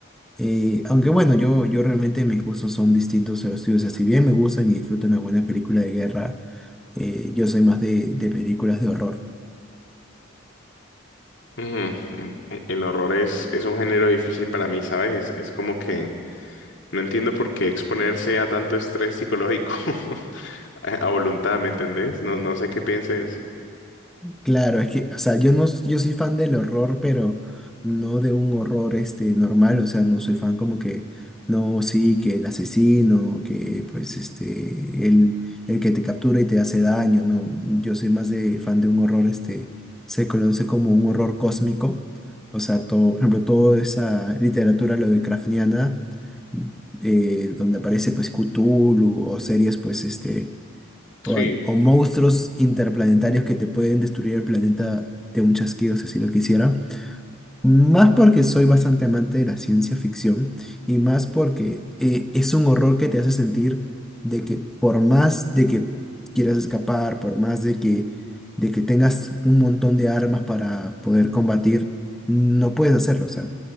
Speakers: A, in the centre; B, on the left.
A: Eh, aunque bueno, yo, yo realmente mis gustos son distintos a los tuyos, o sea, si bien me gustan y disfruto una buena película de guerra, eh, yo soy más de, de películas de horror.
B: Ujú, e- El horror es, es un género difícil para mí, ¿sabes? Es, es como que no entiendo por qué exponerse a tanto estrés psicológico <laughs> a a voluntad, ¿me entendés? No, no sé qué pienses.
A: Claro, es que, o sea, yo no, yo soy fan del horror, pero no de un horror este normal, o sea, no soy fan como que, no, sí, que el asesino, que pues este, el, el que te captura y te hace daño, no, yo soy más de fan de un horror este, se conoce como un horror cósmico, o sea, todo, por ejemplo, toda esa literatura lo de Lovecraftiana, eh, donde aparece pues Cthulhu o series pues este
B: Sí,
A: o, a- o monstruos interplanetarios que te pueden destruir el planeta de un chasquido si así lo quisieran. Más porque soy bastante amante de la ciencia ficción y más porque eh, es un horror que te hace sentir de que por más de que quieras escapar, por más de que, de que tengas un montón de armas para poder combatir, no puedes hacerlo. O sea,